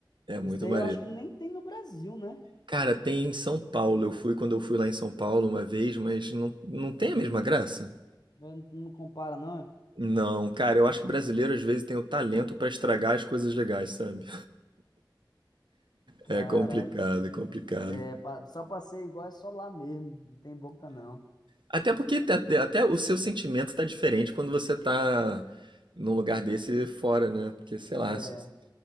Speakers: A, on the right; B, on the left.
A: É, é muito
B: Esse daí
A: maneiro.
B: eu acho que nem tem no Brasil, né?
A: Cara, tem em São Paulo. Eu fui quando eu fui lá em São Paulo uma vez, mas não, não tem a mesma graça.
B: É, Não compara, não, é?
A: Não, cara, eu acho que brasileiro às vezes tem o talento pra estragar as coisas legais, sabe?
B: Caraca.
A: É complicado, é complicado.
B: É, pa- só pra ser igual é só lá mesmo, não tem boca, não.
A: Até porque te- te- até, o seu sentimento tá diferente quando você tá num lugar desse fora, né? Porque, sei lá,
B: É,
A: s-